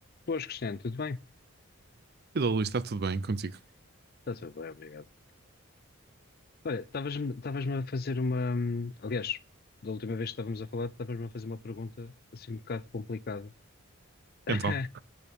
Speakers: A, on the left (about 45°); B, on the right (about 50°).
A: Boas, Cristiano, tudo bem?
B: Olá, Luís, está tudo bem contigo?
A: Está tudo bem, obrigado. Olha, estavas-me estavas-me a fazer uma. hum, Aliás, da última vez que estávamos a falar, estavas-me a fazer uma pergunta assim um bocado complicada. <laughs>
B: Então.